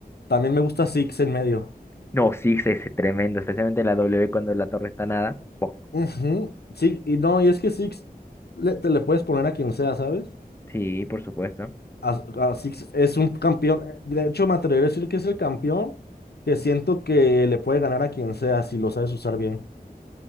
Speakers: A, on the left; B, on the left.
A: También me gusta Six en medio.
B: No, sí, es es tremendo. Especialmente la W cuando la torre está nada. Poc.
A: Ujú. Sí, y no, y es que Six le- te le puedes poner a quien sea, ¿sabes?
B: Sí, por supuesto.
A: As- Así es es un campeón. eh, De hecho, me atrevería a decir que es el campeón que siento que le puede ganar a quien sea si lo sabes usar bien.